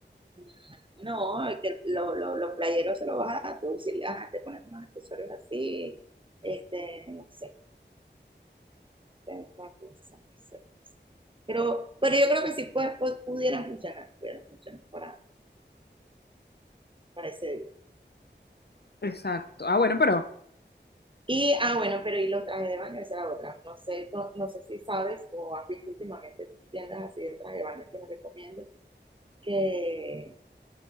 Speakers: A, on the right; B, on the left.
A: mm, No, el que los lo, lo, los playeros se lo vas a dar tú, si le- ajá, te pones unos accesorios así, este, no sé. es la cosa, no sé, no sé. Pero, pero yo creo que sí pues, pues, pudieran funcionar, pudieran funcionar para, para ese día.
B: Exacto. Ah, bueno, pero.
A: Y, ah, bueno, pero y los trajes de baño, esa era otra. No sé, no, no sé si sabes o has visto últimamente tiendas así de traje de baño que me recomiendo que,